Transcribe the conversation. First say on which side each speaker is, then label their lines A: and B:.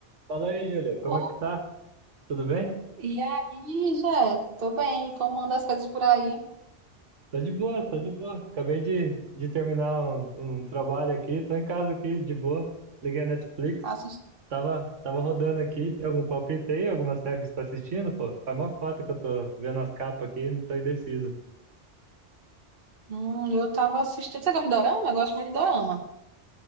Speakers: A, on the right (about 80°); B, on the right (about 50°).
A: Fala aí, Júlia, como
B: Oh,
A: é que tá? Tudo bem?
B: e aí, Jé? Tô bem. Como anda as coisas por aí?
A: Tô de boa, tô de boa. Acabei de, de terminar um, um trabalho aqui, tô em casa aqui, de boa. Liguei a Netflix,
B: Assist...
A: tava, tava rodando aqui. Tem algum palpite aí? Alguma série que você tá assistindo, pô? Faz mó cota que eu tô vendo as capas aqui, e não tô indeciso.
B: Hum, eu tava assistindo. Você gosta de dorama? Eu gosto muito de dorama.